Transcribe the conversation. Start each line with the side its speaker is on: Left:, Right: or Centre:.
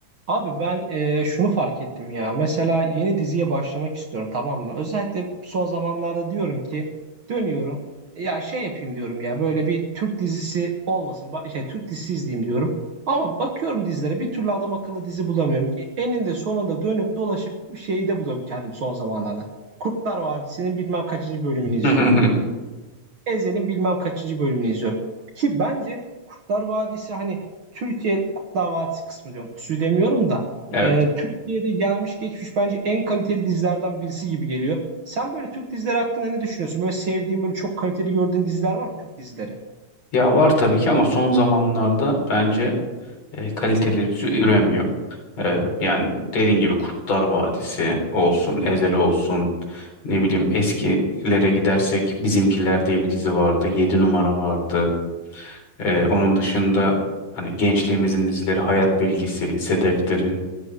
Right: Abi ben e, şunu fark ettim ya. Mesela yeni diziye başlamak istiyorum tamam mı? Özellikle son zamanlarda diyorum ki dönüyorum. Ya şey yapayım diyorum ya böyle bir Türk dizisi olmasın. Ba- Şey, Türk dizisi izleyeyim diyorum. Ama bakıyorum dizilere bir türlü adam akıllı dizi bulamıyorum. E, Eninde sonunda dönüp dolaşıp şeyi de buluyorum kendim son zamanlarda. Kurtlar Vadisi'nin bilmem kaçıncı bölümünü
Left: <laughs>
Right: izliyorum. Ezel'in bilmem kaçıncı bölümünü izliyorum. Ki bence Kurtlar Vadisi hani Türkiye Kurtlar Vadisi kısmı diyorum. Pusuyu demiyorum da.
Left: Evet.
Right: e, Türkiye'de gelmiş geçmiş bence en kaliteli dizilerden birisi gibi geliyor. Sen böyle Türk dizileri hakkında ne düşünüyorsun? Böyle sevdiğin, böyle çok kaliteli gördüğün diziler var mı Türk dizileri?
Left: Ya var tabii ki ama son zamanlarda bence e, kaliteli dizi üremiyor. E, yani dediğin gibi Kurtlar Vadisi olsun, Ezel olsun, ne bileyim eskilere gidersek Bizimkiler diye bir dizi vardı, Yedi numara vardı. E, onun dışında hani gençliğimizin dizileri Hayat Bilgisi, Lise Defteri.